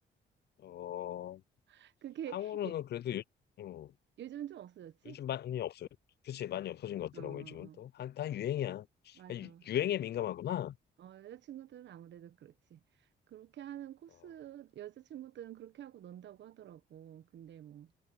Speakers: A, on the left; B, on the right.
A: 어.
B: <laughs> 그게
A: 탕후루는
B: 요-
A: 그래도 요, 음,
B: 요즘 좀 없어졌지?
A: 요즘 많이 없어요. 그치, 많이 없어진 것 같더라고
B: 어, 어,
A: 요즘은 또. 다, 다 유행이야.
B: 맞아.
A: 아, 유- 유행에 민감하구나.
B: 어, 여자친구들은 아무래도 그렇지. 그렇게 하는 코스,
A: 어,
B: 여자친구들은 그렇게 하고 논다고 하더라고. 근데 뭐,